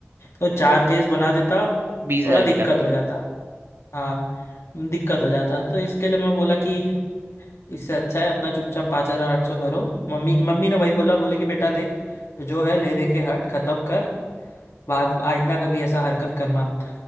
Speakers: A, on the left; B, on the right.
A: तो चार केस बना देता
B: बीस
A: थोड़ा
B: हजार
A: दिक्कत
B: की लगती
A: हो
B: है
A: जाता हाँ दिक्कत हो जाता तो इसके लिए मैं बोला कि इससे अच्छा है अपना चुपचाप पाँच हज़ार आठ सौ भरो मम्मी
B: हम्म
A: मम्मी ने वही बोला बोले कि बेटा देख जो है ले दे के हट खत्म कर बाद आइंदा कभी ऐसा हरकत करना मत